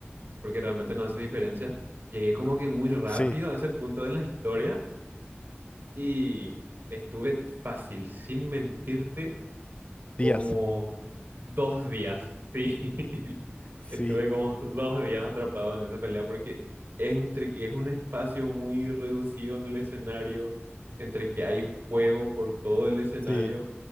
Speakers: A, on the right (about 60°); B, on the left (about 30°).
A: porque realmente no hace diferencia, llegué como que muy rápido
B: Sí,
A: a ese punto de la historia y estuve fácil, sin mentirte, como
B: Díaz.
A: Dos días, sí. <laughs>
B: Sí,
A: Estuve como dos días atrapado en esa pelea porque es entre que es un espacio muy reducido en el escenario, entre que hay fuego por todo el escenario
B: sí.